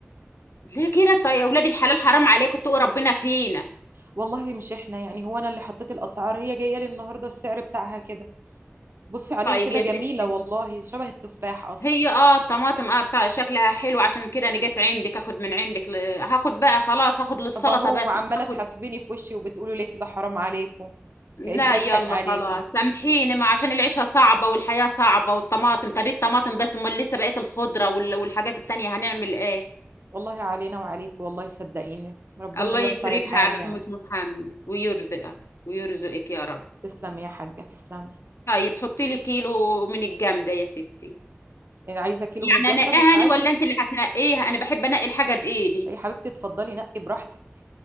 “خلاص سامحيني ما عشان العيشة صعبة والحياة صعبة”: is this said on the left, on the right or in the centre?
Left